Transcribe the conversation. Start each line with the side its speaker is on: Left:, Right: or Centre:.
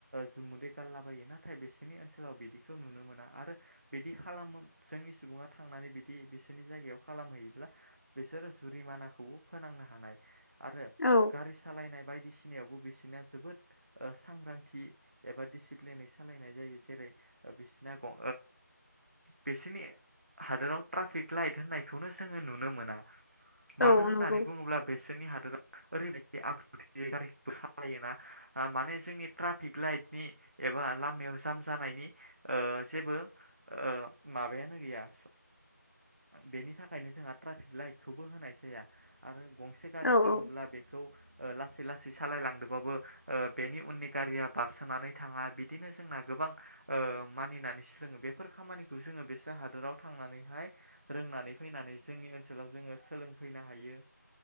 Right: जुमुदै गारला लाबायो नाथाय बिसोरनि ओनसोलाव बिदिखौ नुनो मोना आरो बिदि खालाम जोंनि सुबुङा थांनानै बिदि बिसोरनि जायगायाव खालामहैयोब्ला बिसोरो जुरिमानाखौबो फोनांनो हानाय आरो
Left: औ
Right: गारि सालायनाय बायदिसिनायावबो बिसोरनाया जोबोद ओ सांग्रांथि एबा डसिप्लिनै सालायनाय जायो जेरै बिसना ग ओ बिसोरनि हादोराव ट्राफिक लाइट होननायखौनो जोङो नुनो मोना मानो
Left: औ
Right: होननानै
Left: नंगौ
Right: बुङोब्ला बेसोरनि हादोराव ओरैबायदि गारि सालायोना माने जोंनि ट्राफिक लाइटनि एबा लाम याव जाम जानायनि ओ जेबो ओ माबायानो गैया बेनि थाखायनो जोंहा ट्राफिक लाइटखौबो होनाय जाया आरो गंसे गारि
Left: औ
Right: थाङोब्ला
Left: औ
Right: बेखौ ओ लासै लासै सालायलांदोंबाबो ओ बेनि उननि गारिया बारसोनानै थाङा बिदिनो जोंना गोबां ओ मानिनानै सोलोङो बेफोर खामानिखौ जोङो बेसोर हादोराव थांनानैहाय रोंनानै फैनानै जोंनि ओनसोलाव जोङो सोलोंफैनो हायो